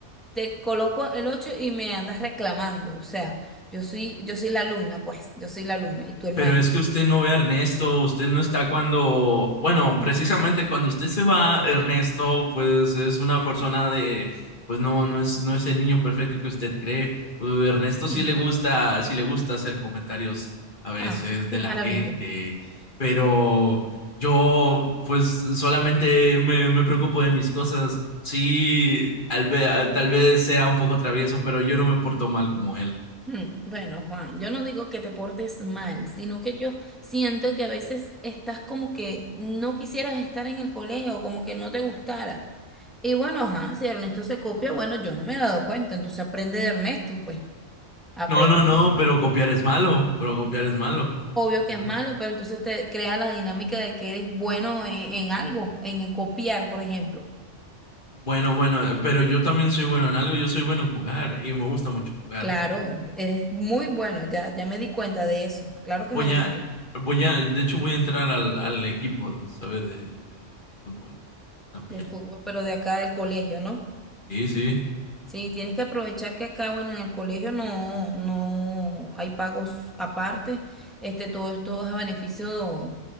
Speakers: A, in the centre; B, on the left.
A: Te coloco el 8 y me andas reclamando. O sea, yo soy, yo soy la alumna, pues, yo soy la alumna y tú el
B: Pero
A: maestro.
B: es que usted no ve a Ernesto, usted no está cuando, bueno, precisamente cuando usted se va, Ernesto, pues es una persona de, pues no, no es, no es el niño perfecto que usted cree. Uh, Ernesto sí
A: Mm.
B: le gusta, sí le gusta hacer comentarios a veces
A: Ah, qué
B: de la
A: maravilla.
B: gente, pero yo, pues solamente me, me preocupo de mis cosas. Sí, al ve- tal vez sea un poco travieso, pero yo no me porto mal como él.
A: Mm, Bueno, Juan, yo no digo que te portes mal, sino que yo siento que a veces estás como que no quisieras estar en el colegio, como que no te gustara. Y bueno, ajá, si Ernesto se copia, bueno, yo no me he dado cuenta, entonces aprende de Ernesto, pues, aprende.
B: No, no, no, pero copiar es malo, pero copiar es malo.
A: Obvio que
B: Pero-
A: es malo, pero entonces te crea la dinámica de que eres bueno en, en algo, en, en copiar, por ejemplo.
B: Bueno, bueno, eh, pero yo también soy bueno en algo, yo soy bueno en jugar y me gusta mucho jugar.
A: Claro, eres muy bueno, ya, ya me di cuenta de eso, claro que
B: Voy
A: me di
B: a,
A: cuenta
B: voy a, de hecho voy a entrar al, al equipo, ¿sabes? De, de, de fútbol también.
A: de fútbol, pero de acá del colegio, ¿no?
B: Sí, sí.
A: Sí, tienes que aprovechar que acá, bueno, en el colegio no, no hay pagos aparte. Este, todo esto es a beneficio